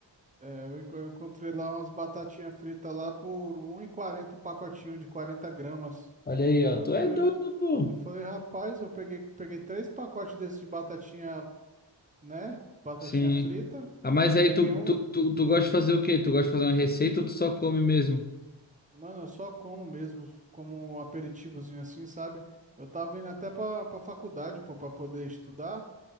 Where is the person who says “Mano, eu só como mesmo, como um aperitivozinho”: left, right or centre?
Right